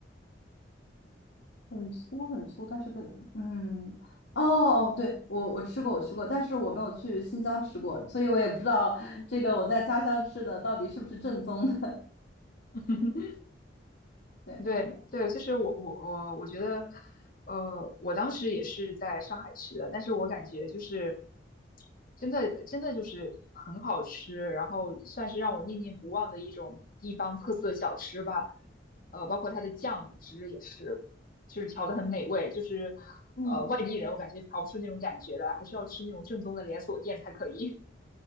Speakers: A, on the left; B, on the left.
A: 很粗很粗，但是个嗯哦哦，对我我吃过我吃过，但是我没有去新疆吃过，所以我也不知道这个我在家乡吃的到底是不是正宗的。
B: 嗯，<laughs>
A: <laughs> 对，
B: 对对，就是我我我我觉得，呃，我当时也是在上海吃的，但是我感觉就是真的真的就是很好吃，然后算是让我念念不忘的一种地方特色小吃吧。呃，包括它的酱汁也是，就是调的很美味，就是呃外地人我感觉调不出那种感觉来，
A: 嗯，
B: 还是要吃那种正宗的连锁店才可以。